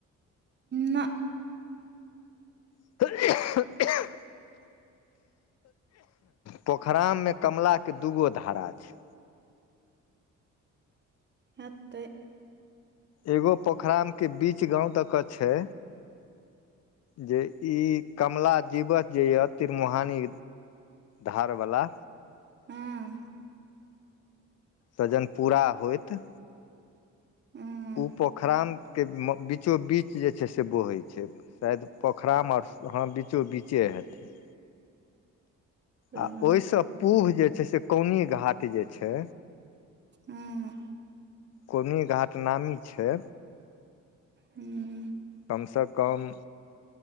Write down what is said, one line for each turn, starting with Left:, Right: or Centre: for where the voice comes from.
Right: ना।
Left: <unintelligible> पोखराम मे कमला के दूगो धारा छै।
Right: हेतै।
Left: एगो पोखराम के बीच गांव दऽ कऽ छै। जे ई कमला जीवच जे यैऽ तिमुहानी धार वला
Right: हँ।
Left: तऽ जनपूरा होइत
Right: हँ
Left: ओ पोखरम के बीचो बीच जे छै से बॉहै छै। शायद पोखराम और हँ बीचो बीचे हेतै।
Right: हँ
Left: आ ओई सँ पूव जे छै से कौनी घाट जे छै
Right: ह्म्म।
Left: कौनी घाट नामी छै।
Right: हूम्म।
Left: कम सँ कम